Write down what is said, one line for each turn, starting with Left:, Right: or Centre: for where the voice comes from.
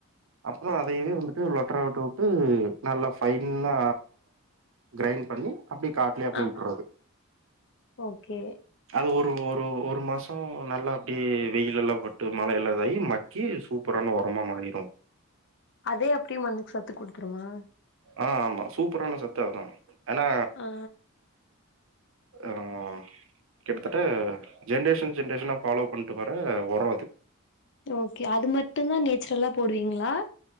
Right: அப்புறோ அதையவே வந்துட்டு லொட்டரா வுட்டுட்டு நல்லா ஃபைன்னா கிரைண்ட் பண்ணி அப்டி காட்லயே அப்டியே
Left: ஆ
Right: உட்டரது
Left: ஓகே
Right: அது ஒரு ஒரு ஒரு மாசோ நல்லா அப்டியே வெயிலல்லா பட்டு மழையெல்லா இதாயி மக்கி அது சூப்பரான உரமா மாறிரு
Left: அதே அப்டியே மண்க்கு சத்து குடுத்துருமா
Right: ஆஹ் ஆமா சூப்பரான சத்தோ அதா ஏனா
Left: ஆ
Right: அ ம் கிட்டத்தட்ட ஜென்ரேஷன் ஜென்ரேஷனா ஃபாலோ பண்ட்டு வர உரோ அது
Left: ஓகே அது மட்டுதா நேச்சுரலா போடுவீங்களா